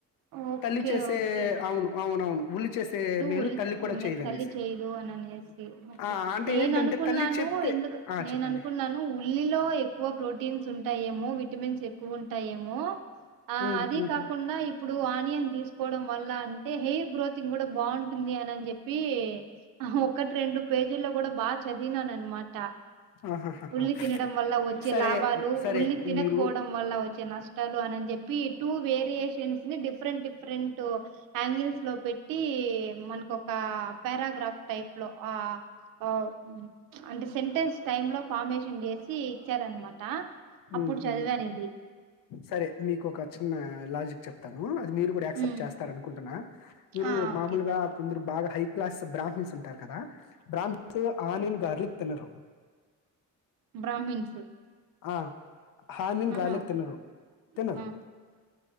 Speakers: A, on the right (about 80°); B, on the left (about 85°).
A: ఓకే
B: తల్లి చేసే
A: ఓకే
B: అవును అవును అవును ఉల్లి చేసే మేలు
A: ఉల్
B: తల్లి కూడా
A: మే
B: చేయదనేసి
A: తల్లి చేయ్యదు అననేసి ఓకే
B: ఆ, అంటే
A: నేను
B: ఏంటంటే
A: అనుకున్నాను
B: తల్లి చెప్తే
A: ఎందుకు
B: ఆ,
A: నేను
B: చెప్పండి
A: అనుకున్నాను ఉల్లిలో ఎక్కువ ప్రోటీన్స్ ఉంటాయేమో విటమిన్స్ ఎక్కువ ఉంటాయేమో ఆ
B: ఉమ్,
A: అదే
B: ఉమ్,
A: కాకుండా
B: ఉమ్.
A: ఇప్పుడు ఆనియన్ తీసుకోవడం వల్ల అంటే హెయిర్ గ్రోతింగ్ కూడా బాగుంటుంది అనిని చెప్పి ఒకటి రెండు పేజీల్లో కూడా బాగా చదివినను అనమాట
B: ఆహాహాహా,
A: ఉల్లి
B: ఓకే
A: తినడం
B: ఓకే
A: వల్ల వచ్చే
B: సరే
A: లాభాలు
B: సరే
A: ఉల్లి తినకపోవడం
B: మీరు
A: వల్ల వచ్చే నష్టం టారు అని చెప్పి ఈ టూ వేరియేషన్స్ ని డిఫరెంట్ డిఫ డిఫరెంట్ యాంగిల్స్ లో పెట్టి మనకు ఒక పారాగ్రాఫ్ టైప్ లో ఆ ఆ ఉమ్ అంటే సెంటెన్స్ టై లో ఫార్మేషన్ చేసి ఇచ్చారనమాట అప్పుడు
B: ఉహుమ్
A: చదివాను ఇది
B: సరే మీకు ఒక చిన్న లాజిక్ చెప్తాను మీరు కూడా యాక్సెప్ట్
A: ఉమ్,
B: చేస్తార అనుకుంటున్న మీరు
A: ఆ
B: మామూలుగా
A: ఓకే థాంక్స్
B: కొందరు బాగా హై క్లాస్ బ్రాహ్మన్స్ ఉంటారు కదా బ్రాహ్మన్స్ ఆనిన్ గార్లిక్ తినరు
A: బ్రాహ్మిన్స్
B: ఆ ఆనిన్
A: ఆహా
B: గార్లిక్
A: ఓకే
B: తినరు తినరు
A: ఆ